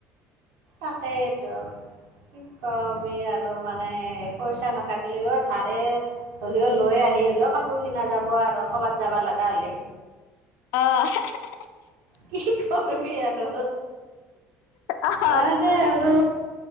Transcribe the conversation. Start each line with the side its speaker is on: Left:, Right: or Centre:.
Right: তাকেইতো, কি কবি আৰু মানে পইচা নাথাকিলেও, ধাৰে হ'লেও লৈ আহি হ'লেও, কাপোৰ কিনা যাব আৰু, ক'বাত যাব লগা হলি।
Left: অহ হে হে হে।
Right: কি কৰবি আৰু।
Left: আহ
Right: মানে আৰু